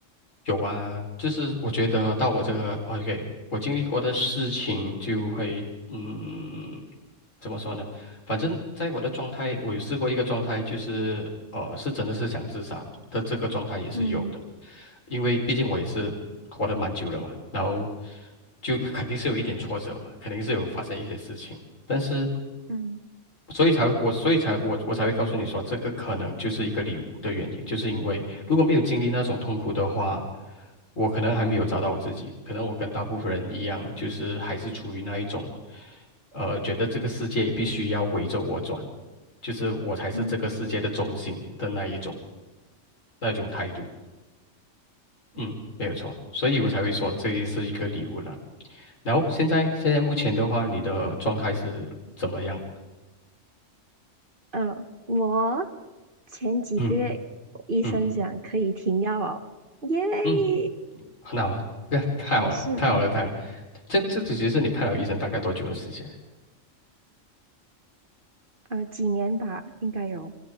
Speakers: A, on the left; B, on the right.
A: 有啊，就是我觉得到我这个哦 OK，我经历过的事情就会，嗯，怎么说呢？反正在我的状态，我有试过一个状态，就是呃，是真的是想自杀的这个状态也是有的，
B: 嗯
A: 因为毕竟我也是活得蛮久了嘛，然后就肯定是有一点挫折嘛，肯定是有发生一些事情，但是。
B: 嗯
A: 所以才我，所以才我，我才会告诉你说，这个可能就是一个礼物的原因，就是因为如果没有经历那种痛苦的话，我可能还没有找到我自己，可能我跟大部分人一样，就是还是处于那一种，呃，觉得这个世界必须要围着我转，就是我才是这个世界的中心的那一种
B: 嗯，
A: 那一种态度，嗯，没有错，所以我才会说这是一个礼物了。然后现在现在目前的话，你的状态是怎么样？
B: 呃，我前几个月医生讲可以停药哦，
A: 嗯嗯
B: 耶，
A: 嗯。很好啊，那太好了，
B: 好事，
A: 太好了，
B: 嗯，
A: 太好了。这这只是你看了医生大概多久的时间？
B: 呃，几年吧，应该有。